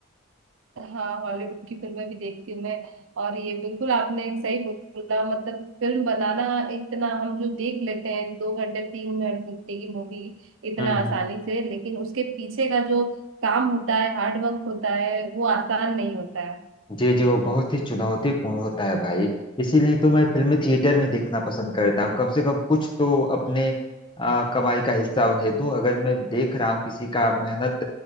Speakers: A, on the right; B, on the left.
A: हाँ हॉलीवुड की फिल्में भी देखती हूँ मैं और ये बिल्कुल आपने एक सही बोला मतलब फिल्म बनाना इतना हम जो देख लेते हैं दो घंटे तीन घंटे की मूवी इतना
B: है
A: आसानी से लेकिन उसके पीछे का जो काम होता है हार्ड वर्क होता है वो आसान नहीं होता है
B: जी जी वो बहुत ही चुनौतीपूर्ण होता है भाई इसीलिए तो मैं फिल्में थिएटर में देखना पसंद करता हूँ कम से कम कुछ तो अपने आ, कमाई का हिस्सा उन्हें दूं अगर मैं देख रहा हूँ किसी का मेहनत